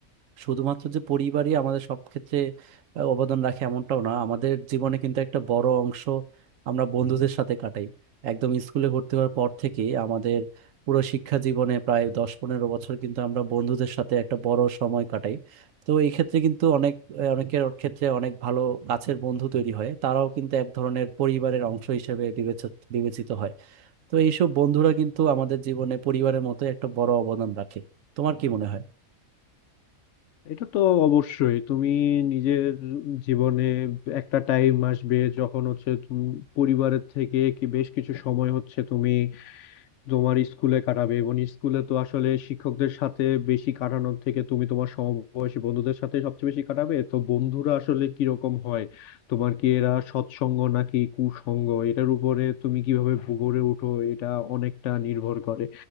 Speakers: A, on the right; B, on the left.
A: শুধুমাত্র যে পরিবারই আমাদের সব ক্ষেত্রে আহ, অবদান রাখে এমনটাও না আমাদের জীবনে কিন্তু একটা বড় অংশ আমরা বন্ধুদের সাথে কাটাই একদম স্কুলে ভর্তি হওয়ার পর থেকে আমাদের পুরো শিক্ষা জীবনে প্রায় দশ পনেরো বছর কিন্তু আমরা বন্ধুদের সাথে একটা বড় সময় কাটাই তো এই ক্ষেত্রে কিন্তু অনেক আহ, অনেকের ক্ষেত্রে অনেক ভালো কাছের বন্ধু তৈরি হয় তারাও কিন্তু এক ধরনের পরিবারের অংশ হিসেবে বিবেচিত বিবেচিত হয় তো এইসব বন্ধুরা কিন্তু আমাদের জীবনে পরিবারের মতো একটা বড় অবদান রাখে তোমার কি মনে হয়
B: এটা তো অবশ্যই তুমি নিজের জীবনে একটা টাইম আসবে যখন হচ্ছে তুমি পরিবারের থেকে কি বেশ কিছু সময় হচ্ছে তুমি তোমার স্কুলে কাটাবে এবং স্কুলে তো আসলে শিক্ষকদের সাথে বেশি কাটানোর থেকে তুমি তোমার সমবয়সী বন্ধুদের সাথে সবচেয়ে বেশি কাটাবে তো বন্ধুরা আসলে কিরকম হয় তোমার কি এরা সৎসঙ্গ নাকি কুসঙ্গ এটার উপরে তুমি কিভাবে গড়ে ওঠো এটা অনেকটা নির্ভর করে